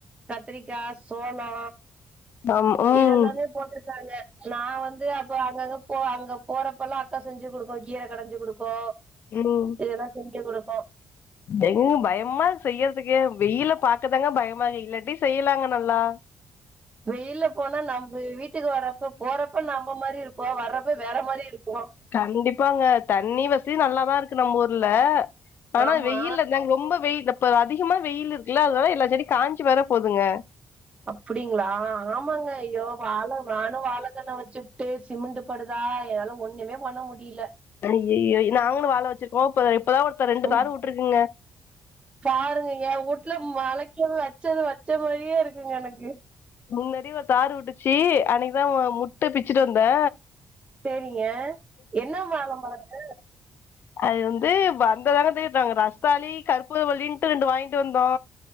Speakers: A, on the right; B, on the left.
A: கத்திரிக்கா சோளோ
B: ஆம் ம்
A: இதெல்லாமே போட்ருக்காங்க நா வந்து அப்ப அங்கங்க போ அங்க போறப்ப எல்லா அக்கா செஞ்சு குடுக்கு கீர கடைஞ்சு குடுக்கு
B: ம்
A: இதெல்லா செஞ்சு குடுக்கு
B: எங் பயமா இர்க் செய்யறதுக்கே வெயில பாக்கதாங்க பயமா இல்லாட்டி செய்யலாங்க நல்லா
A: வெயில்ல போனா நம்ப வீட்டுக்கு வரப்ப போறப்ப நம்ம மாதிரி இரு ப்போ வரப்ப வேற மாரி இருப்போ
B: கண்டிப்பாங்க தண்ணி வசதி நல்லாதா இருக்கு நம்மூர்ல ஆனா
A: ஆமா
B: வெயில் தாங்க ரொம்ப வெயில் இப்ப அதிகமா வெயிலு இருக்குல்ல அதனால எல்லா செடியு காஞ்சி வேர போதுங்க
A: அப்புடிங்ளா ஆமாங்க அய்யோ வாழ வானு வாழக்கண்ண வச்சுபுட்டு சிமெண்டு படுதா என்னால ஒண்ணுமே பண்ண முடியில
B: அய்யய்யொ நாங்களு வாழ வச்சிருக்கோ இப்ப இப்பதா ஒருத்த ரெண்டு
A: உம்,
B: தாறு வுட்ருக்ங்க
A: பாருங்க ஏ ஊட்ல மழக்கது வச்சது வச்ச மாரியே இருக்குங்க எனக்கு
B: முன்னடி ஒரு தாறு வுட்டுச்சு அன்னைக்குதா முட்டு பிச்சுட்டு வந்தே
A: சேரிங்க என்ன வாழ மரங்க
B: அது வந்து வந்ததாங்க தெர்யு நாங்க ரஸ்தாலி கர்ப்பூர வல்லின்ட்டு ரெண்டு வாங்கிட்டு வந்தோ